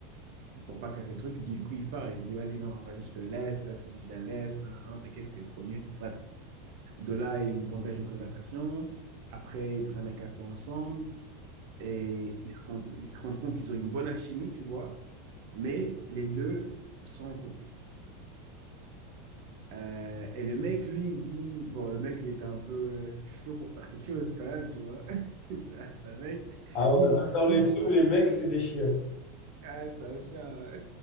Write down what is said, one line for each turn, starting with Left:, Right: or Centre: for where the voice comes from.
Right: pour pas casser le truc. Du coup, il part, il se dit, vas-y, non, vas-y, je te laisse. Et l'autre, il dit, je la laisse. Non, non, non, t'inquiète, t'es le premier. Bref, de là, ils engagent une conversation. Après, ils prennent un café ensemble et ils se rendent, ils se rendent compte qu'ils ont une bonne alchimie, tu vois. Mais les deux sont en couple. Euh, et le mec, lui, il dit, bon, le mec, il était un peu chaud pour faire quelque chose quand même, tu vois. <laughs> C'est un c'est un mec.
Left: Ah ouais,
Right: Lui, il
Left: même
Right: dit,
Left: dans
Right: lui,
Left: les
Right: il dit,
Left: films, les mecs, c'est des chiens. Je
Right: ah, c'est un chien.